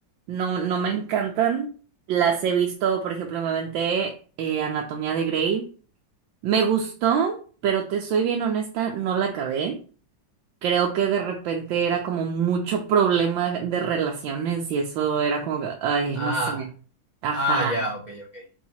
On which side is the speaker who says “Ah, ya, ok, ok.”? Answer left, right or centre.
Right